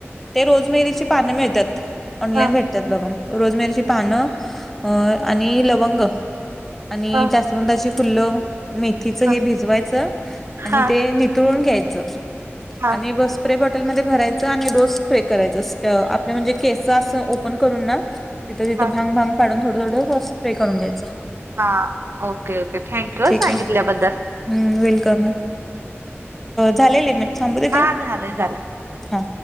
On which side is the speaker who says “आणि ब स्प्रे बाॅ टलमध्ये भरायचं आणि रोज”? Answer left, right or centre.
Centre